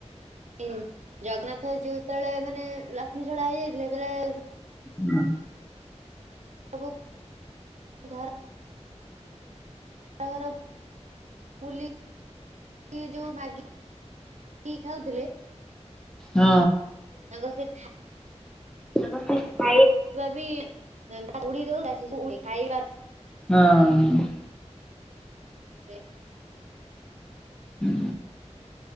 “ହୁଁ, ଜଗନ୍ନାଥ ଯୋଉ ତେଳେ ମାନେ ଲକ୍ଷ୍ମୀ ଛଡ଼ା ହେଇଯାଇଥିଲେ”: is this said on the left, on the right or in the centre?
Right